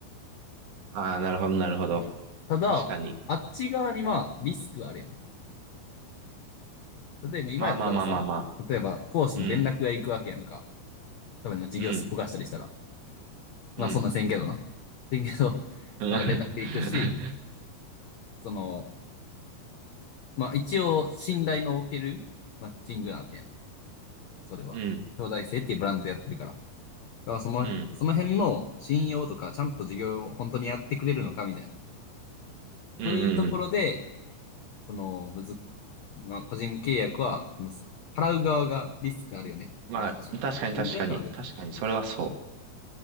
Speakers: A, on the right (about 80°); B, on the left (about 80°).
A: ああー、なるほど、なるほど。
B: うん。ただ、
A: 確かに。
B: あっち側にまあ、リスクはあるよね。例えば、今やったらさ、
A: まあまあまあまあまあ。
B: 例えば、講師に連絡が行くわけやんか。
A: うん、
B: 多分、授業すっぽかしたりしたら。
A: うん、
B: まあ、
A: うん。
B: そんなせんけどな。せんけど、<laughs>
A: <laughs>
B: まあ、連絡行くし、その、まあ、一応、信頼のおけるマッチングなわけやん。それは。
A: うん、
B: 兄弟生っていうブランドでやってるから。だから、その、
A: うん、う
B: その辺の信用とか、ちゃんと授業を本当にやってくれるのかみたいな。
A: ん、うんうん。
B: そういうところで、このむず、まあ、個人契約は、まあさ払う側がリスクあるよねっていう話。
A: まあ、確かに、
B: こんぐらいかな、
A: 確かに。
B: でも。
A: 確かに、それはそう。